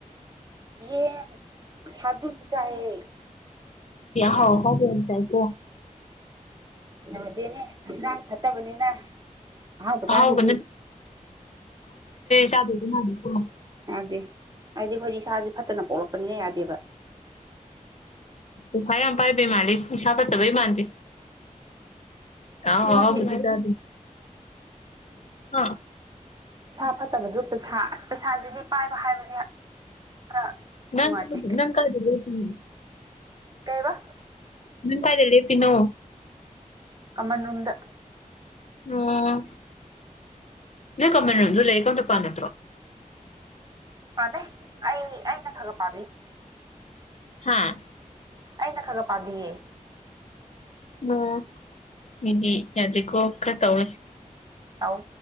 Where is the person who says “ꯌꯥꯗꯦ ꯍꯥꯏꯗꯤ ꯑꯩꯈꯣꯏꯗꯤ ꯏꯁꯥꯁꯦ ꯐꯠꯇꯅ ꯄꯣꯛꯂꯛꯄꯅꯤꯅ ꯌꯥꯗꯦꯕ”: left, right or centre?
Right